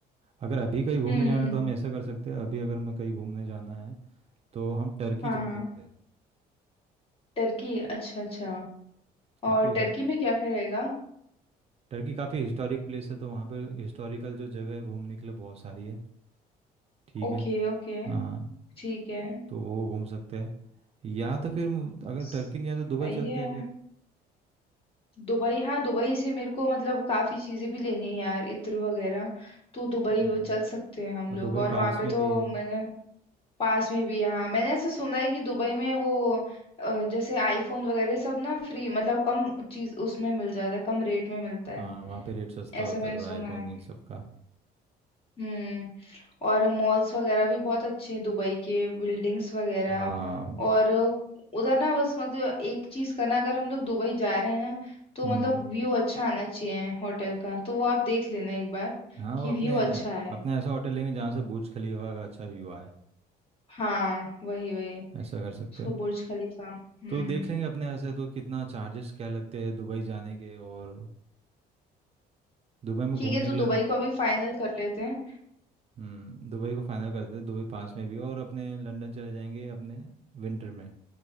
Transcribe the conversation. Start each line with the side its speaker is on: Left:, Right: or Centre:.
Right: अगर अभी कहीं घूमने
Left: हम्म
Right: जाना है तो हम ऐसा कर सकते हैं अभी अगर मैं कहीं घूमने जाना है तो हम टर्की
Left: हाँ
Right: जा सकते
Left: हाँ
Right: हैं
Left: टर्की अच्छा अच्छा
Right: काफ़ी
Left: और टर्की में क्या क्या रहेगा
Right: टर्की काफ़ी हिस्टोरिक प्लेस है तो वहाँ पर हिस्टोरिकल जो जगह है घूमने के लिए बहुत सारी है ठीक
Left: Okay
Right: है
Left: okay
Right: हाँ
Left: ठीक है
Right: तो वो घूम सकते हैं या तो फिर मु- अगर
Left: सही
Right: टर्की नहीं आया तो दुबई चलते
Left: है
Right: हैं फिर
Left: दुबई हाँ दुबई से मेरे को मतलब काफी चीजें भी लेनी है यार इत्र वगैरह तो दुबई
Right: हम्म,
Left: वो चल सकते हैं हम
Right: और
Left: लोग
Right: दुबई
Left: और वहाँ
Right: पास
Left: पे
Right: में
Left: तो
Right: भी है
Left: मैंने पास में भी हाँ मैंने ऐसे सुना है कि दुबई में वो अ, जैसे आईफोन वगैरह सब ना फ्री मतलब कम चीज उसमें मिल जाता है कम रेट में मिलता है
Right: हाँ वहाँ पे रेट सस्ता
Left: ऐसा
Right: होता
Left: मैंने
Right: है थोड़ा
Left: सुना
Right: आईफोन
Left: है
Right: इन सब का
Left: हम्म और मॉल्स वगैरह भी बहुत अच्छे हैं दुबई के बिल्डिंग्स वगैरह
Right: हाँ
Left: और उधर ना बस मतलब एक चीज करना अगर हम लोग दुबई जा रहे हैं ना तो
Right: हम्म
Left: मतलब व्यू अच्छा आना चाहिए होटल का तो वो आप देख लेना एक बार
Right: हाँ
Left: कि
Right: वो अपने
Left: व्यू अच्छा है
Right: अपना ऐसा होटल लेंगे जहाँ से बुर्ज खलीफा का अच्छा व्यू आए
Left: हाँ वही वही
Right: ऐसा कर सकते
Left: उसको
Right: हैं
Left: बुर्ज खलीफा हम्म
Right: तो देख लेंगे अपने ऐसे तो कितना चार्जेस क्या लगते हैं दुबई जाने के और दुबई में
Left: ठीक
Right: घूमने
Left: है तो
Right: के
Left: दुबई
Right: लिए
Left: को अभी फाइनल कर लेते हैं
Right: हम्म दुबई को फाइनल करते हैं दुबई पास में भी है और अपने लंदन चले जाएंगे अपने विंटर में